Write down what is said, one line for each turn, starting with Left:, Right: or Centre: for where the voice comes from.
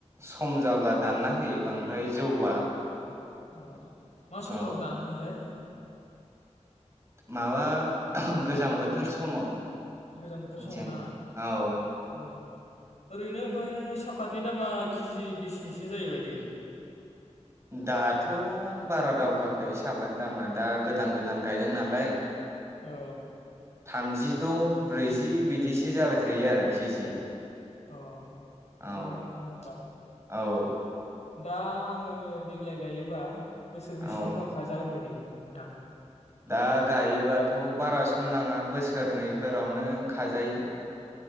Right: सम जाब्ला दानना होयो बांद्राय जौबा
Left: अह मा समाव
Right: औ
Left: दानोमोनथाय
Right: माबा गोजां बोथोर समाव
Left: गोजां बोथोर समाव
Right: जेन
Left: ना
Right: औ
Left: औ ओरैनो ओमफाय सापातनि दामा केजि बेसेसो जायोबायदि
Right: दाथ' बारा दावखाआ खै साबानि दामा दा गोदान गोदान गायदों नालाय
Left: औ
Right: थामजिद' ब्रैजि बिदिसो जाबाय थायो आरो केजि
Left: अह
Right: औ
Left: थिगानो माथो ना होमबा
Right: औ
Left: दा आङो देग्लाय गायोबा बोसोरबैसेनि
Right: औ
Left: उनाव खाजागोन बायदि दा
Right: दा गायोबाथ बारा सम नाङा बोसोरनैफोरावनो खाजायो।